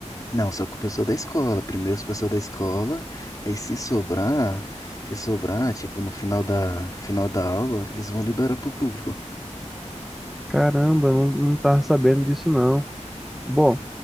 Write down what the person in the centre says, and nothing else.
Caramba, eu não, não tava sabendo disso não. Bom,